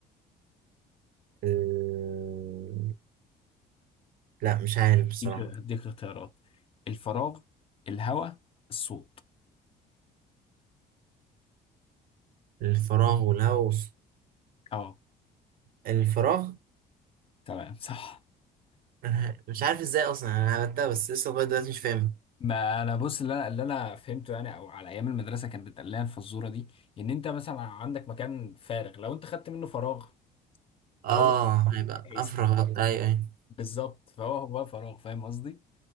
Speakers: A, on the right; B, on the left.
A: أه، لا مش عارف بصراحة
B: هديك هديك اختيارات الفراغ الهواء الصوت
A: الفراغ والهوس
B: اه
A: الفراغ
B: تمام صح
A: أنا مش عارف ازاي اصلا انا عملتها بس لسه لغايه دلوقتي مش فاهم
B: ما انا بص اللي انا اللي انا فهمته يعني او على ايام المدرسه كانت بتقال لنا الفزوره دي ان انت مثلا عندك مكان فارغ لو انت خدت منه فراغ
A: اه
B: فهو
A: هيبقى
B: هيس-
A: افرغ ايوه ايوه
B: بالظبط فهو هو فراغ فاهم قصدي